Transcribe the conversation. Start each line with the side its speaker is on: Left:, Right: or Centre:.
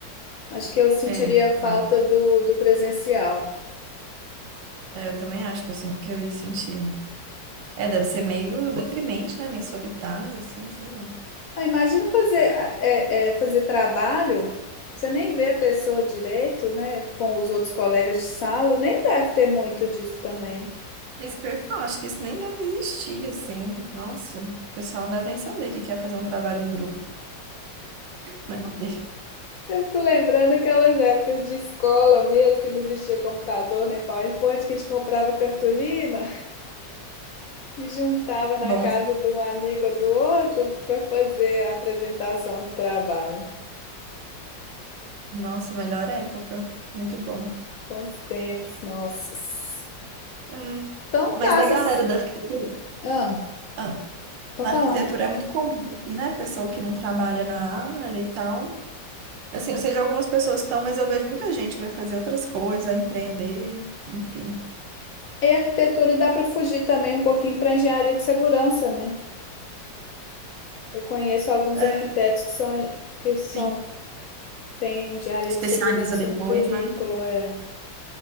Left: Acho que eu sentiria
Right: É,
Left: falta
Right: vai.
Left: do, do presencial.
Right: É, eu também acho que eu, sin- que eu ia sentir. É, deve ser meio deprimente, né? Meio solitário, assim, sei lá.
Left: Ah, imagina fazer, ah, é, é, fazer trabalho, você nem vê a pessoa direito, né? Com os outros colegas de sala, nem deve ter muito disso também.
Right: É isso que eu ia falar, acho que isso nem deve existir, assim. Nossa, o pessoal não deve nem saber o que que é fazer um trabalho em grupo, né?
Left: Eu fico lembrando aquelas épocas de escola mesmo, que não existia computador nem PowerPoint, que a gente comprava cartolina e juntava na
Right: Bom.
Left: casa de um amigo ou do outro para fazer a apresentação do trabalho.
Right: Nossa, melhor época. Muito bom.
Left: Quantos tempos, nossos.
Right: É.
Left: Então tá,
Right: Mas
Left: essas...
Right: da galera da arquitetura,
Left: Ah,
Right: ah,
Left: vou
Right: na
Left: falar.
Right: arquitetura é muito comum, assim, né? Pessoa que não trabalha na área e tal. Assim, eu sei de algumas pessoas que estão, mas eu vejo muita gente que vai fazer outras coisas, vai empreender, enfim.
Left: E arquitetura dá para fugir também um pouquinho para engenharia de segurança, né? Eu conheço alguns
Right: É,
Left: arquitetos que são, que são,
Right: enfim,
Left: têm engenharia
Right: especializa
Left: de segurança
Right: depois,
Left: no currículo,
Right: né?
Left: é.